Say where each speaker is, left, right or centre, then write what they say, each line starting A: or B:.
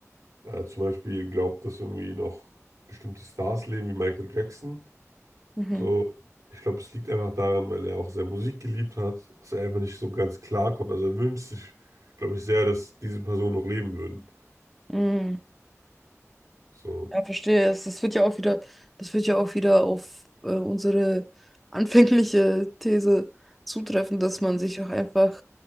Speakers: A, on the right (about 85°); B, in the centre.
A: äh, zum Beispiel glaubt, dass irgendwie noch bestimmte Stars leben, wie Michael Jackson.
B: Mhm.
A: So, ich glaube, es liegt einfach daran, weil er auch sehr Musik geliebt hat, was er einfach nicht so ganz klar kommt. Also er wünscht sich, glaube ich, sehr, dass diese Personen noch leben würden.
B: Mhm.
A: So,
B: Ja, verstehe. Es- Das wird ja auch wieder, das wird ja auch wieder auf äh, unsere <laughs> anfängliche These zutreffen, dass man sich auch einfach,